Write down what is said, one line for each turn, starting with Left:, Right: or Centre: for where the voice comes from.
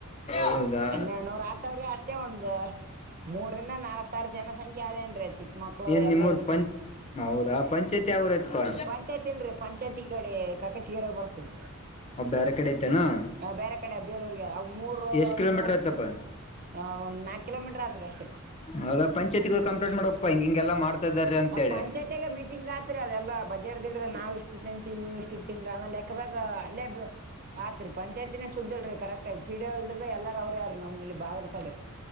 Left: ಹೌದಾ
Right: ಹನ್ನೆರಡುನೂರ ಆತವ್ರಿ ಅಷ್ಟ ಮತ್ತೆ ಒಂದು ಮೂರಿಂದ ನಾಲ್ಕ್ ಸಾವಿರ ಜನಸಂಖ್ಯೆ ಅದೇನ್ರೀ ಚಿಕ್ಕ ಮಕ್ಳು
Left: ಏನ್
Right: ಎಲ್ಲಾ
Left: ನಿಮ್ಮೂರ್
Right: ಇಡದ್ರ
Left: ಪಂ ಹೌದಾ ಪಂಚಾಯತಿ ಯಾವೂರ್ ಐತಪಾ
Right: ಪಂಚಾಯತಿ ಇಲ್ರಿ ಪಂಚಾಯತಿ ಕಡೆ ಕಾಕಸಿಿಗೆರೆ ಬರ್ತರಿ
Left: ಬೇರೆ ಕಡೆ ಐತೆೇನಾ
Right: ಆ ಬೇರೆ ಕಡೆ ಬೇಲೂರಿಗೆ ಮೂರು
Left: ಎಷ್ಟ್ ಕಿಲೋಮೀಟರ್
Right: ಮೂ
Left: ಐತಪ್ಪ
Right: ಹ ಒಂದ್ ನಾಕ್ ಕಿಲೋಮೀಟರ್ ಆದ್ರ ಅಷ್ಟೇ
Left: ಹೌದಾ ಪಂಚಾಯತಿಗ ಕಂಪ್ಲೇಂಟ್ ಮಾಡಕ್ಪ್ಪಾ ಹಿಂಗ ಹಿಂಗೆಲ್ಲಾ ಮಾಡ್ತಾ ಇದಾರೆ ಅಂತೇಳಿ
Right: ಆ ಪಂಚಾಯತಿಗ ಮೀಟಿಂಗ್ ಆತ್ರಿ ಅದೆಲ್ಲ ಬಜ ಿಡ್ದಿಡ್ದ ನಾವ ಎಷ್ಟು ತಿಂತೀವಿ ನೀವು್ ಎಷ್ಟು ತಿನ್ರ ಅದಲೆಕ್ಕದಾಗ ಅೇ ಆತ್ರಿ ಪಂಚಾಯತಿನೇ ಸುದ್ದ ಇಲ್ರಿ ಕರೆಕ್ಟ್ ಆ ಪಿಡ ಹಿಡ ಎಲ್ಲಾರ ಅವ್ರ ಯಾರ ನಮ್ಮ ಇಲ್ಲಿ ಭಾಗದ ಕಡೆ